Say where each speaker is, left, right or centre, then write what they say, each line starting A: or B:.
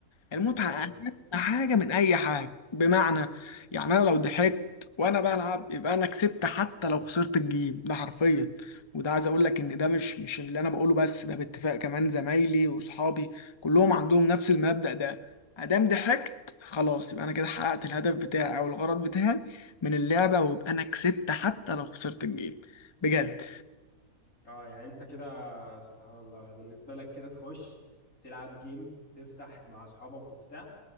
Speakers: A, on the left; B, on the left.
A: المتعه
B: حلو
A: اهم حاجه من اي حاجه بمعنى يعني انا لو ضحكت وانا بلعب يبقى انا كسبت حتى لو خسرت الجيم ده حرفيا وده عايز اقول لك ان ده مش مش اللي انا بقوله بس ده باتفاق كمان زمايلي واصحابي كلهم عندهم نفس المبدأ ده ادام ضحكت خلاص يبقى انا كده حققت الهدف بتاعي او الغرض بتاعي من اللعبه ويبقى انا كسبت حتى لو خسرت الجيم بجد
B: اه يعني انت كده سبحان الله بالنسبة لك كده تخش تلعب جيم تفتح مع اصحابك وبتاع